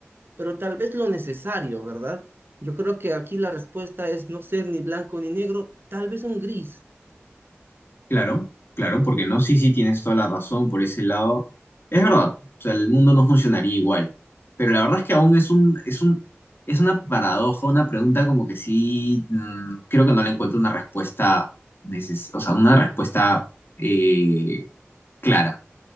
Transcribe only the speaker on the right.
pero tal vez lo necesario, ¿verdad? Yo creo que aquí la respuesta es no ser ni blanco ni negro, tal vez un gris.